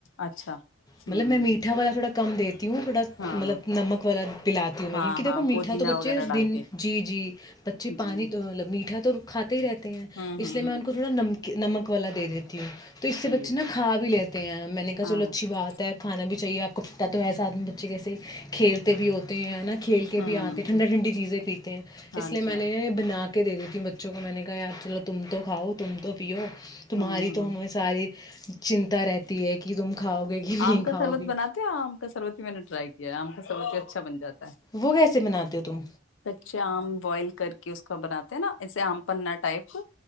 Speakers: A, on the left; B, on the left.
A: اچھا ہوں
B: مطلب میں
A: ہوں
B: میٹا والا تھوڑا کم دی ہوں تھوڑا
A: ہاں
B: مطلب نمک والا پلاتی ہوں میں
A: ہاں
B: کیونکہ دیکو
A: ہاں
B: میٹھا
A: پودینہ
B: تو بچے
A: وغیرہ ڈال
B: دن
A: کے
B: جی جی بچے پانی
A: جی
B: ملب میٹھا کھاتے ہی رہتے ہیں
A: ہوں
B: اس
A: ہوں
B: لیے
A: ہوں
B: میں ان کو تھوڑا نمک نمک والا دے دیتا ہ تو تو اس سے
A: جی
B: بچے ن کھا بھی لیتے ہیں میں نے کہا
A: ہاں
B: چلو اچھی
A: ہ
B: بات ہے کانا بھی چاہیے آپ کو پتتا تو ایسا ساتھ میں بچے کیسے کھیلتے بھی ہوتے ہیں نا کھیل کے
A: ہوں
B: بھی آتے ہیں ٹھنڈا ٹھنڈی چیزیں پیتے ہیں
A: ہاں
B: اس لیے میں
A: جی ہاں
B: نے بنا کے کے دے دیتی ہوں بچوں کو میں نے کہایار چلو تم تو کھاؤ تم تو پیو تمہاری
A: ہوں
B: تو
A: ہوں
B: ہمیں ساری چنتا رہتی ہے کہ تم کھاؤ گے کہ نہیں
A: آم کا
B: کھاؤ
A: شربت
B: گے
A: بناتے ہو آم کا شربت ہی میں نے ٹرائی کیام سب اچھا بن جاتا ہے
B: وہ کیسے بناتے ہو تم
A: کچے آم بوائل کر کے اس کا بناتا نا اسے آم پنا ٹائپ